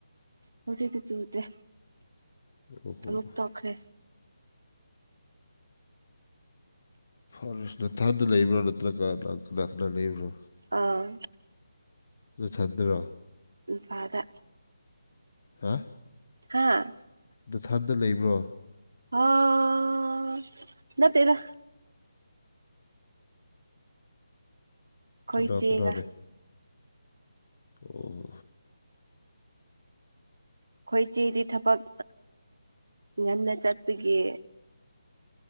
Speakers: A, on the right (about 80°); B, on the left (about 40°).
A: ꯍꯧꯖꯤꯛꯇꯤ ꯆꯨꯗ꯭ꯔꯦ
B: ꯑꯣꯍꯣ
A: ꯑꯗꯨꯝ ꯇꯣꯛꯈ꯭ꯔꯦ
B: ꯐꯔꯦꯁ ꯅ ꯊꯟꯗ ꯂꯩꯕ꯭ꯔꯣ ꯅꯠꯇ꯭ꯔ ꯀꯥꯅ ꯀꯅꯥ ꯂꯩꯕ꯭ꯔꯣ
A: ꯑꯥ
B: ꯅꯊꯟꯗ꯭ꯔꯣ
A: ꯏꯝꯐꯥꯜꯗ
B: ꯍꯥꯥ
A: ꯍꯥꯥ
B: ꯅꯊꯟꯗ ꯂꯩꯕ꯭ꯔꯣ
A: ꯑꯣ ꯅꯠꯇꯦꯗꯥ ꯑꯩꯈꯣꯏ
B: ꯀꯅꯥ
A: ꯆꯦꯒ
B: ꯀꯅꯥ ꯂꯩ ꯑꯣ
A: ꯑꯩꯈꯣꯏꯆꯦꯗꯤ ꯊꯕꯛ ꯉꯟꯅ ꯆꯠꯄꯒꯤ